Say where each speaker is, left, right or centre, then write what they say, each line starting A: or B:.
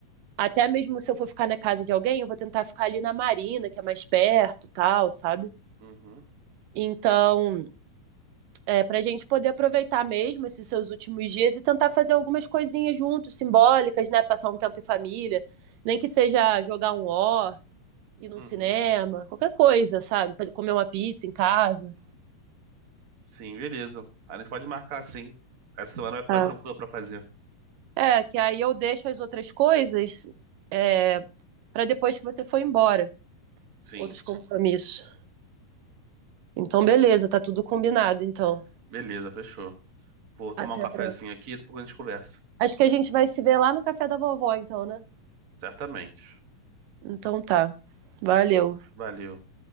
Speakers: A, on the right; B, on the right.
A: até mesmo se eu for ficar na casa de alguém, eu vou tentar ficar ali na Marina, que é mais perto, tal, sabe?
B: Uhum.
A: Então, é, para a gente poder aproveitar mesmo esses seus últimos dias e tentar fazer algumas coisinhas juntos, simbólicas, né? Passar um tempo em família, nem que seja jogar um ó, ir no
B: Uhum.
A: cinema, qualquer coisa, sabe? Fazer, comer uma pizza em casa.
B: Sim, beleza. a gente pode marcar sim. Essa semana vai ficar
A: Tá.
B: tranquila pra fazer.
A: É, que aí eu deixo as outras coisas é, para depois que você for embora,
B: Sim.
A: outros compromissos. Então, beleza, tá tudo combinado, então.
B: Beleza, fechou. Vou tomar
A: Até
B: um cafezinho
A: breve.
B: aqui e depois a gente conversa.
A: Acho que a gente vai se ver lá no café da vovó, então, né?
B: Certamente.
A: Então tá. Valeu.
B: Valeu.